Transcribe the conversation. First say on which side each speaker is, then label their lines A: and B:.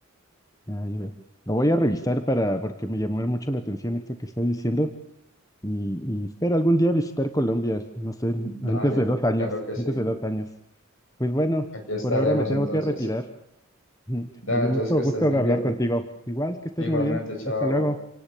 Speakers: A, on the left (about 15°); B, on the left (about 65°).
A: ya, ya veo. Lo voy a revisar para, porque me llamó mucho la atención esto que está diciendo. y, y espero algún día visitar Colombia, no sé,
B: Dale,
A: antes de dos años,
B: claro que sí.
A: antes de dos años. Pues bueno,
B: Aquí estaremos
A: por ahora me tengo
B: entonces.
A: que retirar. <laughs>
B: Dale,
A: Me dio
B: entonces
A: mucho
B: que estés
A: gusto
B: muy
A: hablar
B: bien.
A: contigo. Igual que estés
B: Igualmente,
A: muy bien.
B: chao.
A: Hasta luego.